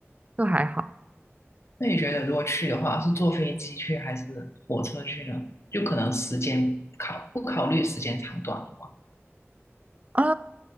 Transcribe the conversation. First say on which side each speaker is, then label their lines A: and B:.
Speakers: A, on the right (about 30°); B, on the left (about 70°).
A: 就还好。
B: 那你觉得如果去的话，是坐飞机去还是火车去呢？就可能时间考不考虑时间长短的话，
A: 啊，